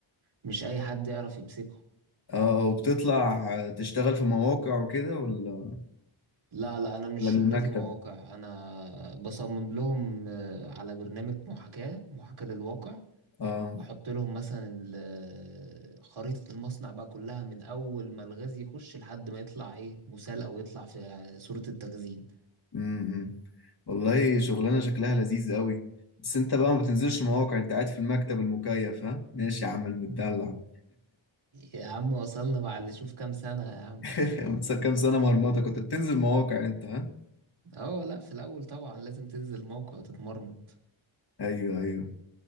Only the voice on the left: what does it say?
اه وبتطلع تشتغل في مواقع وكده ولا
ولا
من المكتب
اه
امم والله شغلانه شكلها لذيذ قوي بس انت بقى ما بتنزلش مواقع انت قاعد في المكتب المكيف ها ماشي يا عم المدلع
<laughs> كام سنه مرمطه كنت بتنزل مواقع انت ها
ايوه ايوه